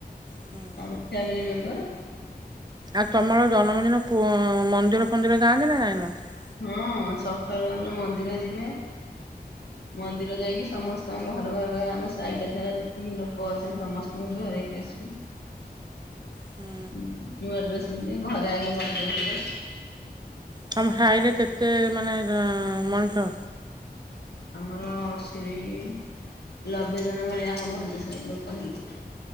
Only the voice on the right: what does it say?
ହୁଁ
ଆଉ ତମର ଜନ୍ମଦିନ ପୁ ଉଁ ମନ୍ଦିର ଫନ୍ଦିର ଯାଆନ୍ତି ନା ନାଇଁ ଯାଆନ୍ତିନି।
ହୁଁ
ତମ ସାଇରେ କେତେ ମାନେ ଜଁ ମଣିଷ?